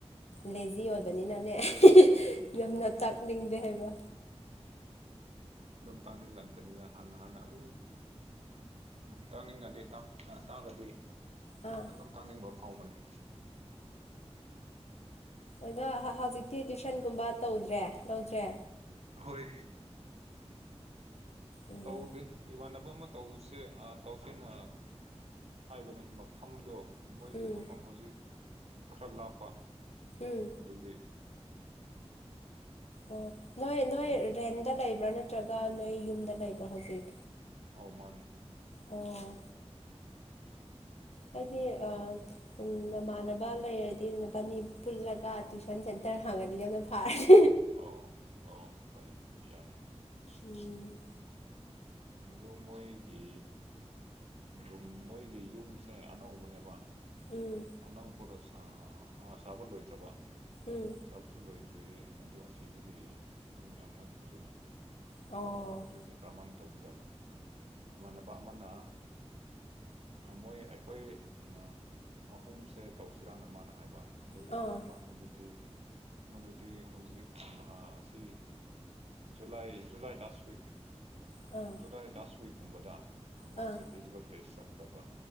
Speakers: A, on the left (about 70°); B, on the right (about 65°).
A: ꯂꯦꯖꯤ ꯑꯣꯏꯕꯅꯤꯅꯅꯦ
B: ꯎꯝ
A: ꯌꯥꯝꯅ ꯇꯥꯛꯅꯤꯡꯗꯦ ꯍꯥꯏꯕ
B: ꯑꯗꯨꯝ ꯇꯥꯡꯅꯤꯡꯂꯛꯀꯅꯤꯒ ꯍꯥꯟꯅ ꯍꯥꯟꯅ ꯑꯗꯨꯝ ꯎꯝ ꯇꯥꯅꯤꯡꯉꯗꯤ ꯑ ꯇꯥꯛꯒꯗꯤ
A: ꯑꯥ
B: ꯑꯗꯨꯝ ꯇꯥꯛꯅꯤꯡꯕ ꯐꯥꯎꯕꯅꯤ
A: ꯑꯗꯨꯒ ꯍꯧꯖꯤꯛꯇꯤ ꯇ꯭ꯨꯏꯁꯟꯒꯨꯝꯕ ꯇꯧꯗ꯭ꯔꯦ ꯂꯧꯗ꯭ꯔꯦ
B: ꯍꯣꯏ
A: ꯎꯝ
B: ꯇꯧꯗꯦ ꯏꯃꯥꯟꯅꯕ ꯑꯃ ꯇꯧꯁꯦ ꯇꯧꯁꯦꯅ ꯍꯥꯏꯕꯅꯦ ꯃꯐꯝꯗꯣ ꯃꯣꯏꯒꯤ
A: ꯎꯝ
B: ꯃꯐꯝ ꯍꯧꯖꯤꯛ ꯈꯔ ꯂꯥꯞꯄ
A: ꯎꯝ
B: ꯑꯗꯨꯒꯤ
A: ꯑꯣ ꯅꯣꯏ ꯅꯣꯏ
B: ꯇꯧꯗ꯭ꯔꯤ
A: ꯔꯦꯟꯗ ꯂꯩꯕ꯭ꯔꯥ ꯅꯠꯇ꯭ꯔꯒ ꯅꯣꯏ ꯌꯨꯝꯗ ꯂꯩꯕ꯭ꯔꯥ ꯍꯧꯖꯤꯛ
B: ꯑꯣ ꯃꯅꯦ
A: ꯑꯣ
B: <unintelligible>
A: ꯍꯥꯏꯗꯤ ꯑ ꯎ ꯅꯃꯥꯟꯅꯕ ꯂꯩꯔꯗꯤ ꯅꯕꯥꯅꯤ ꯄꯨꯜꯂꯒ ꯇꯨꯏꯁꯟ ꯁ‌ꯦꯟ ꯇꯔ ꯍꯥꯡꯉꯗꯤ ꯌꯥꯝꯅ ꯐꯥꯔꯦ
B: ꯑꯥꯎ ꯑꯥꯎ ꯐꯩ ꯌꯥꯏ
A: ꯎꯝ
B: ꯑꯗꯨ ꯃꯣꯏꯒꯤ ꯑꯗꯨꯝ ꯃꯣꯏꯒꯤ ꯌꯨꯝꯁꯦ ꯑꯅꯧꯕꯅꯦꯕ
A: ꯎꯝ
B: ꯑꯅꯧꯕꯗꯣ ꯁꯥ ꯁꯥꯕ ꯂꯣꯏꯗ꯭ꯔꯕ
A: ꯎꯝ
B: ꯁꯥꯕꯁꯨ ꯂꯣꯏꯗ ꯑꯗꯒꯤ ꯑꯗꯨ ꯑꯁꯤꯗꯒꯤ ꯑꯗꯨꯝ ꯌꯥꯝ ꯅꯛꯄꯁꯨ ꯅꯠꯇ‌ꯦ
A: ꯑꯣ
B: ꯑꯗꯨꯒ ꯍꯧꯖꯤꯁꯦ ꯀꯃꯥꯏꯟ ꯇꯧꯕ ꯖꯥꯠꯂꯥ ꯏꯃꯥꯟꯅꯕ ꯑꯃꯅ ꯃꯣꯏ ꯑꯩꯈꯣꯏ ꯑꯝ ꯑꯍꯨꯝꯁꯦ ꯇꯧꯁꯤꯔꯥ ꯅ ꯃꯥꯅ ꯍꯥꯏꯕ ꯑꯗꯨ
A: ꯑꯥ
B: ꯏꯃꯥꯟꯅꯕ ꯑꯃꯗꯨꯗꯤ ꯃꯗꯨꯗꯤ ꯍꯧꯖꯤꯛ ꯍꯧꯖꯤꯛ ꯑꯁꯤ ꯖꯨꯂꯥꯏ ꯖꯨꯂꯥꯏ ꯂꯥꯁ ꯋꯤꯛ
A: ꯑꯥ
B: ꯖꯨꯂꯥꯏ ꯂꯥꯁ ꯋꯤꯛꯀꯨꯝꯕꯗ ꯃꯥꯁꯦ
A: ꯑꯥ
B: ꯐꯤꯖꯤꯀꯦꯜ ꯇꯦꯁ ꯆꯠꯀꯗꯕ